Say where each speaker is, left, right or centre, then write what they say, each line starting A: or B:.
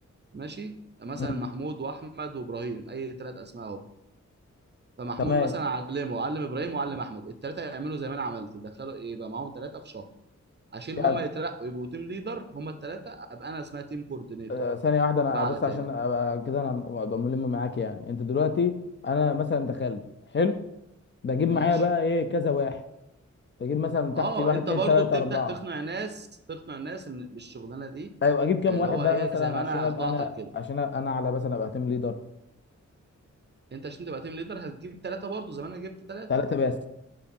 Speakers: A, on the right; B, on the left.
A: ماشي مثلا
B: امم
A: محمود واحمد وابراهيم اي ثلاث اسماء اهو فمحمود
B: تمام
A: مثلا علمه علم ابراهيم وعلم احمد الثلاثه يعملوا زي ما انا عملت يدخلوا ايه يبقى معاهم ثلاثه في شهر عشان
B: يعني
A: هم يترقوا يبقوا تيم ليدر هم الثلاثه ابقى انا اسمها تيم كوردينيتور
B: آه، ثانيه واحده انا
A: بقى
B: بس
A: على تاني
B: عشان ابقى كده انا ابقى ملم معاك يعني انت دلوقتي انا مثلا دخلت حلو بجيب
A: ماشي
B: معايا بقى ايه كذا واحد بجيب مثلا تحتي
A: اه
B: واحد
A: انت
B: اتنين
A: برضو
B: تلاته
A: بتبدا
B: اربعه
A: تقنع ناس تقنع الناس ان بالشغلانه دي
B: ايوه اجيب كام
A: اللي
B: واحد
A: هو
B: بقى
A: ايه
B: مثلا
A: زي ما
B: عشان
A: انا
B: ابقى
A: اقنعتك
B: انا
A: كده
B: عشان أبقى انا على مثلا ابقى تيم ليدر
A: انت عشان تبقى تيم ليدر هتجيب ثلاثه برضو زي ما انا جبت ثلاثه
B: ثلاثه بس